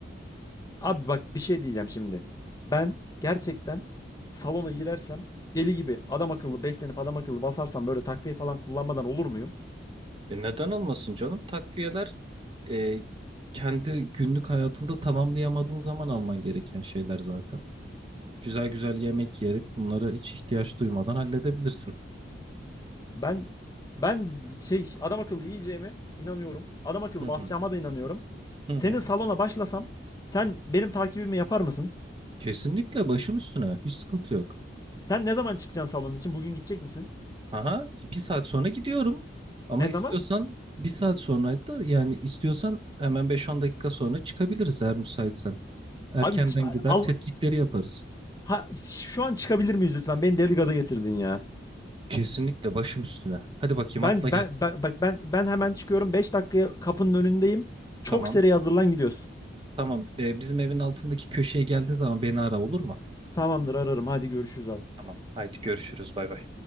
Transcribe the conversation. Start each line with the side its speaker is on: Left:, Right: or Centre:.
Left: Abi bak bir şey diyeceğim şimdi. Ben gerçekten salona girersem deli gibi adam akıllı beslenip adam akıllı basarsam böyle takviye falan kullanmadan olur muyum?
Right: E neden olmasın canım? Takviyeler e, kendi günlük hayatında tamamlayamadığın zaman alman gereken şeyler zaten. Güzel güzel yemek yiyerek bunları hiç ihtiyaç duymadan halledebilirsin.
Left: Ben ben şey adam akıllı yiyeceğime inanıyorum. Adam akıllı
Right: Hı
Left: basacağıma
Right: hı.
Left: da inanıyorum.
Right: Hı
Left: Senin
Right: hı.
Left: salona başlasam sen benim takibimi yapar mısın?
Right: Kesinlikle başım üstüne. Hiç sıkıntı yok.
Left: Sen ne zaman çıkacaksın salonun için? Bugün gidecek misin?
Right: Aha, bir saat sonra gidiyorum. Ama
Left: Ne
Right: istiyorsan
Left: zaman?
Right: bir saat sonra da yani istiyorsan hemen beş on dakika sonra çıkabiliriz eğer müsaitsen. Erkenden
Left: Abi
Right: gider
Left: al
Right: tetkikleri yaparız.
Left: ha, şu an çıkabilir miyiz lütfen? Beni deli gaza getirdin ya.
Right: Kesinlikle başım üstüne. Hadi bakayım
Left: Ben
Right: atla gel.
Left: ben bak bak ben ben hemen çıkıyorum. 5 dakikaya kapının önündeyim. Çok
Right: Tamam.
Left: seri hazırlan gidiyoruz.
Right: Tamam. Ee, bizim evin altındaki köşeye geldiğin zaman beni ara olur mu?
Left: Tamamdır ararım. Hadi görüşürüz abi.
Right: Tamam. Haydi görüşürüz. Bay bay.